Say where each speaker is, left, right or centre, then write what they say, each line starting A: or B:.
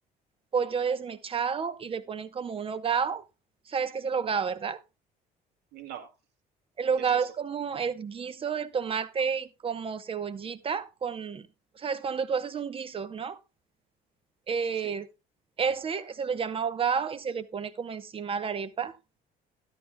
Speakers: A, on the right; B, on the right.
A: pollo desmechado y le ponen como un hogado. ¿Sabes qué es el hogado, verdad?
B: No,
A: El hogado
B: ¿qué es eso?
A: es como el guiso de tomate y como cebollita con, ¿sabes? Cuando tú haces un guiso, ¿no? Eh,
B: Sí.
A: ese se le llama hogado y se le pone como encima la arepa.